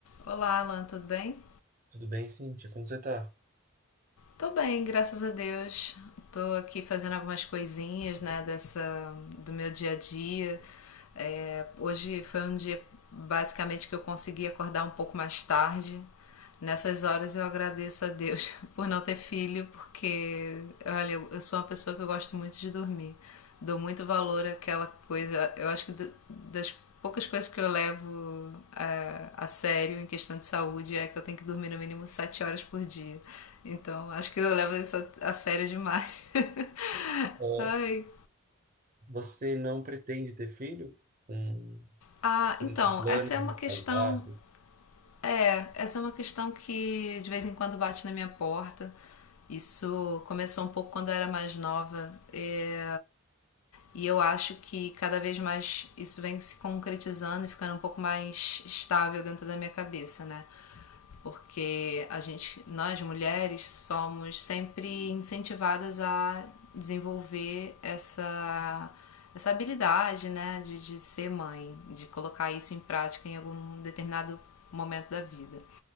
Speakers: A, on the left (about 90°); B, on the right (about 40°).
A: Olá, Alan, tudo bem?
B: Tudo bem, Cíntia? Como você tá?
A: Tô bem, graças a Deus. Tô aqui fazendo algumas coisinhas, né, dessa do meu dia a dia. É, hoje foi um dia basicamente que eu consegui acordar um pouco mais tarde. Nessas horas eu agradeço a Deus <laughs> por não ter filho, porque olha, eu eu sou uma pessoa que eu gosto muito de dormir. Dou muito valor àquela coisa. Eu acho que d- das poucas coisas que eu levo é, a sério em questão de saúde é que eu tenho que dormir no mínimo sete horas por dia. Então, acho que eu levo isso a, a sério demais. <laughs>
B: Ó,
A: Ai.
B: Você não pretende ter filho? Um,
A: Ah,
B: você
A: então,
B: não tem plano
A: essa
B: de
A: é uma questão.
B: casar? você
A: É, essa é uma questão que de vez em quando bate na minha porta. Isso começou um pouco quando eu era mais nova. E, e eu acho que cada vez mais isso vem se concretizando e ficando um pouco mais estável dentro da minha cabeça, né? porque a gente, nós mulheres somos sempre incentivadas a desenvolver essa essa habilidade, né, de, de ser mãe, de colocar isso em prática em algum determinado momento da vida.